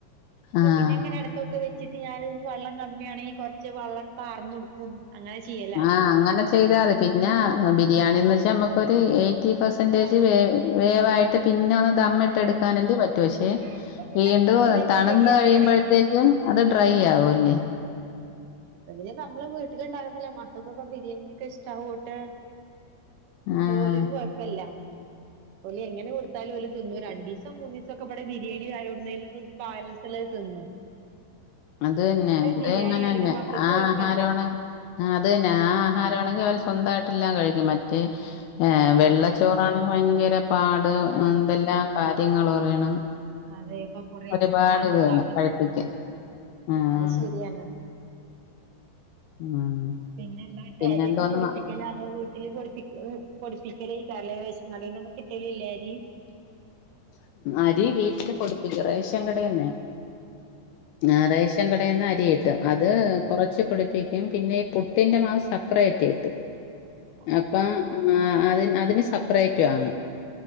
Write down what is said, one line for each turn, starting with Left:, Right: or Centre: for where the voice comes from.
Right: ഇപ്പ
Left: ആഹ്
Right: പിന്നെങ്ങനെ എടക്കൊക്കെ വെച്ച്ട്ട് ഞാന് വെള്ളം കമ്മിയാണെങ്കി കൊർച്ച് വള്ളം പാർന്നൊട്ക്കും. അങ്ങനെ ചെയ്യെ
Left: ആഹ് അങ്ങനെ ചെയ്താതി പിന്നെ ബിരിയാണീന്ന് വെച്ചാ നമ്മക്കൊര് ക എയ്റ്റി പെർസെന്റേജ്
Right: ആഹ്
Left: വേവായ്റ്റ് പിന്നെ <unintelligible> മ്മിട്ടെട്ക്കാനല്ലേ
Right: ആഹ്
Left: പറ്റു പക്ഷെ
Right: ആഹ് അപ്പൊ പിന്നെ
Left: വീണ്ടും
Right: കൊറെയൊക്കെ
Left: തണുന്ന്
Right: റെഡി ആവല്
Left: കഴിയുമ്പത്തേക്കും
Right: തൊടങ്ങീക്ക്ണു
Left: അത് ഡ്രൈ ആവുല്ലേ
Right: ഉം അപ്പ പിന്നെ നമ്മളെ വീട്ടില്ണ്ടാകുമ്പല്ലേ മക്കക്കൊക്കെ ബിരിയാണ്യോക്കെ ഇഷ്ട്ടാവോണ്ട്
Left: ആഹ്
Right: ഓലിക്ക് കൊഴപ്പല്ല ഓല് എങ്ങനെ കൊട്ത്താലും ഓല് ത്ന്നും രണ്ടീസം ദിവസം മൂനീസൊക്കെ ഇവടെ ബിരിയാണി ആയി എവ്ട്ന്നേലും ബാലൻസില്ലത് ത്ന്നും
Left: അത് തന്നെ ഇവടെ
Right: ബിരിയാണി
Left: അങ്ങനെന്നെ
Right: ആണെങ്കിലും മക്കൾക്ക്
Left: ആഹ്
Right: കൊഴപ്പല്ല
Left: ആഹാരമാണ് അത് തന്നെ ആഹ് ആഹാര ങ്ങനാണെ സ്വന്തായ്ട്ടെല്ലാം കഴിക്കും മറ്റേ
Right: ആഹ്
Left: വെള്ളച്ചോറാണെങ് ഭയങ്കര പാട്
Right: ആഹ്
Left: എന്തെല്ലാം കാര്യങ്ങള് പറയണം
Right: അതെ ഇപ്പൊ കൊറെ
Left: ഒരുപാട്
Right: കൂട്ടാനൂ
Left: ഇത്
Right: ണ്ടാക്കണം
Left: വേണം കഴിപ്പിക്കാൻ ഉം
Right: അയ് ശരിയാണ്
Left: ഉം
Right: പിന്നെന്താട്ട
Left: പിന്നെന്തോന്ന്
Right: അരിയൊക്കെ പൊടിപ്പിക്
Left: മ-
Right: <unintelligible> വീട്ട്ല് പൊടിപ്പിക്കലൈക്കാരലെ റേഷൻകടേന്നൊക്കെ കിട്ടലില്ലേ അരി
Left: അരി വീട്ട്ല് ഇ റേഷം കടേന്നെ ആഹ് റേഷ് ഷം കടേന്നരി കിട്ടും അത് കൊറച്ച് പൊടിപ്പിക്കും പിന്നെ ഈ പുട്ടിന്റെ മാവ് സപ്പറേറ്റ് കിട്ടും
Right: <unintelligible>
Left: അപ്പം ആഹ് അതിന് അതിന് സെപ്പറേറ്റ് വാങ്ങും